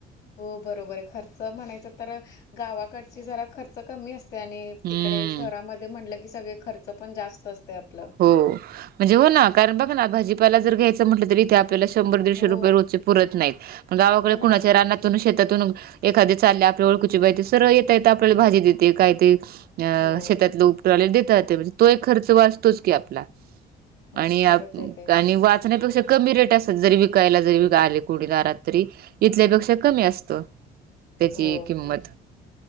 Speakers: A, on the left; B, on the right.
A: हो बरोबर आहे, खर्च म्हणायच तर, गावाकडची जरा खर्च कमी असत. त्याने
B: हम्म
A: तिकडे शहरामध्ये म्हटलं की, सगळे खर्च पण जास्त असते. आपलं.
B: हो म्हणजे हो, ना कारण बघ ना भाजीपाला जर घ्यायचं, म्हटलं तरी ते आपल्या शंभर दीडशे
A: हो.
B: रुपये रोज पुरत नाहीतण, गावाकडे
A: हो ना.
B: कुच्या राना शेतातून एखादे चालले, आपल्या ओळखीची बाई सरळ येता, येत आपल्याला भाजी देते काय ते अ
A: हो.
B: शेतातला उपटरले देतात, म्हणजे तो एक खर्च वाचतोच की आपला,
A: हो.
B: आणि,
A: खरंच
B: आणि
A: आहे ते.
B: वाचण्यापेक्षा कमी रेट असतात, जरी विकायला जरी व आले कुणी दारात तरी. इथल्यापेक्षा कमी, असतो त्याची
A: हो.
B: किंमत,